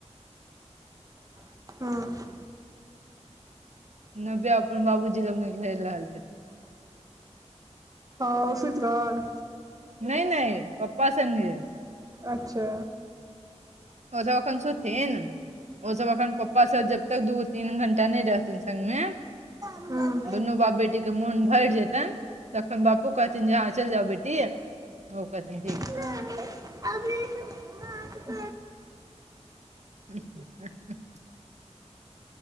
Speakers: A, on the right; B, on the right.
A: <unintelligible> हँ <unintelligible>
B: नब्बेया अपन बाबूजी लगमे घेल आल छ
A: हँ ओ सुंत रहल
B: नै नै पप्पा संगे
A: अच्छा
B: ओ सब अखन सुथिन ओ सब अखन पप्पा स जबतक दू -तीन घंण्टा नैय रहथिन संगमे
A: हुँ
B: दुनू बाप बेटी के मोन भैर जेतैन तखन बाप ओ कहथिन जे हाँ चैल जाउ बेटी ओ कहथिन ठीक
A: <unintelligible>
B: <inaudible> <inaudible>